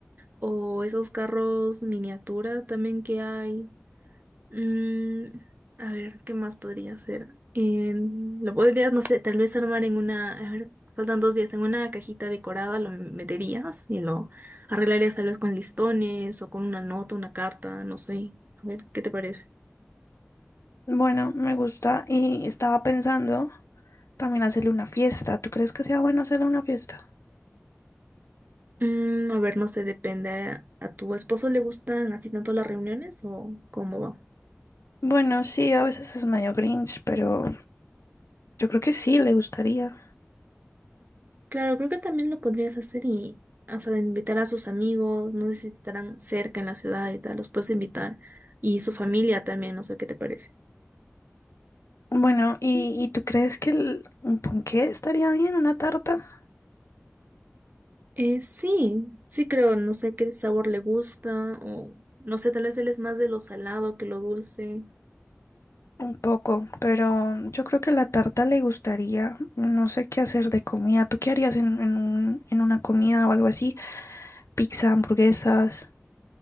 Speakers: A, on the right; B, on the left.
A: o esos carros miniatura también que hay. Mm, a ver, ¿qué más podría ser? En- lo podrías, no sé, tal vez armar en una, a ver, faltan dos días, en una cajita decorada lo meterías y lo arreglarías tal vez con listones o con una nota, una carta, no sé. A ver, ¿qué te parece?
B: Bueno, me gusta y estaba pensando también hacerle una fiesta. ¿Tú crees que sea bueno hacerle una fiesta?
A: Mm, a ver, no sé, depende. ¿A tu esposo le gustan así tanto las reuniones o cómo va?
B: Bueno, sí, a veces es medio grinch, pero yo creo que sí, le gustaría.
A: Claro, creo que también lo podrías hacer y, o sea, de invitar a sus amigos, no sé si estarán cerca en la ciudad y tal, los puedes invitar. Y su familia también, no sé qué te parece.
B: Bueno, ¿y, y tú crees que el- un ponqué estaría bien, una tarta?
A: Eh, sí, sí creo, no sé qué sabor le gusta o, no sé, tal vez él es más de lo salado que lo dulce.
B: Un poco, pero yo creo que la tarta le gustaría. No sé qué hacer de comida. ¿Tú qué harías en, en un- en una comida o algo así? Pizza, hamburguesas.